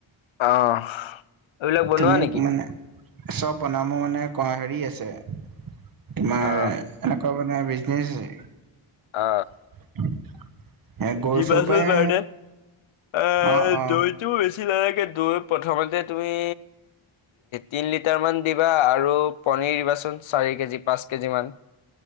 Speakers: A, on the left (about 70°); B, on the right (about 45°).
A: অ এইবিলাক বনোৱা
B: তুমি
A: নেকি?
B: মানে চব বনামো মানে হেৰি আছে, <unintelligible>
A: অ।
B: এনে কোৱা মানে বিজনেছ আছে।
A: অ।
B: <inaudible> গৰু
A: দিবাচুন
B: চৰুৰ পৰাই
A: বাৰডে এ
B: অ অ
A: দৈ বেছি লাইকে দৈ প্ৰথমতে তুমি তিন লিটাৰ মান দিবা আৰু পনিৰ দিবাচোন চাৰি, কেজ পাঁচ, কেজি মান।